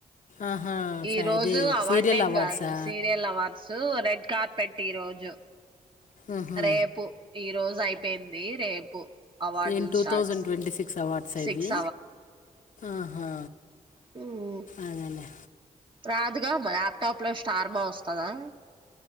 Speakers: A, on the left (about 60°); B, on the right (about 35°).
A: ఆహా
B: ఈ
A: స-
B: రోజు
A: అదే
B: అవార్డేం
A: సీరియల్ అవార్డ్సా
B: కాదు సీరియల్ అవార్డ్స్ రెడ్ కార్పెట్ ఈ రోజు
A: ఆహా.
B: రేపు ఈ రోజు అయిపో బింది రేపు అవార్డులు
A: ఏం two
B: start
A: thousand twenty six awards
B: సిక్స్
A: ఇవి ఆహా
B: హుమ్మ్
A: అదేలే
B: రాదుగా మా లాప్టాప్లో స్టార్ మా వస్తాదా